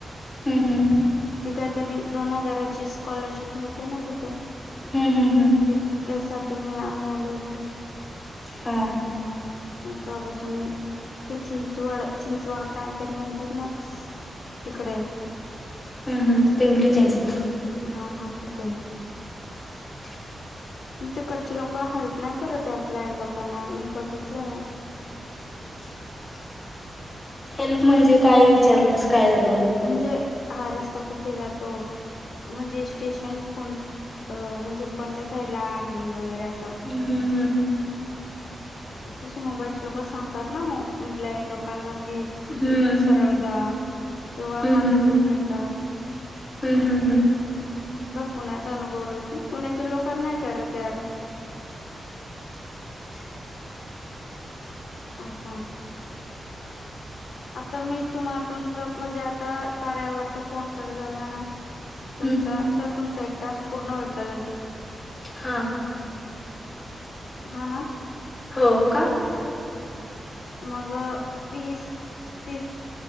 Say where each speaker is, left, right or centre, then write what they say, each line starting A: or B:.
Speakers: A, on the left; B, on the left.
A: हम्म हम्म
B: ती काहीतरी दोन हजाराची स्कॉलरशिप मिळते ना ते
A: हम्म हम्म हम्म
B: त्यांसाठी मी आम्ही आलो होतो
A: हा
B: त्यापासून ते चिंचवड चिंचवड काय तरी म्हणतात ना तिकडे
A: हम्म हम् पिंपरी चिंचवड
B: हा हा तिथे
A: <unintelligible>
B: तिकडचे लोक हेल्प नाही करत यार ब्लाइंड लोकांना मी बघितलं यार
A: <unintelligible> हेल्प म्हणजे काय विचारलंस काय झाले
B: म्हणजे हा रस्ता कुठे जातो म्हणजे स्टेशन कोण म्हणजे कोणत्या साईड ला आहे वगैरे असं
A: हम् हम्म हम्
B: तसे मुंबईचे लोक सांगतात ना ब्लाइंड लोकांना कि
A: हम्म
B: इथून सरळ जा किंवा
A: हम्म
B: हात
A: हम्म
B: धरून नेतात
A: हम्म हम्म हम्म
B: पुण्याचा अनुभव आहे कि पुण्याचे लोके नाही करत यार
A: <unintelligible>
B: अस आता मी तुम्हाला तुमच म्हणजे आता कार्यावरचा फोन कट झाला ना तुमचा
A: हम्म
B: तर तुमचा एक टास्क पूर्ण होईल कदाचित
A: हा
B: हा ना
A: हो का
B: मग तीस तीस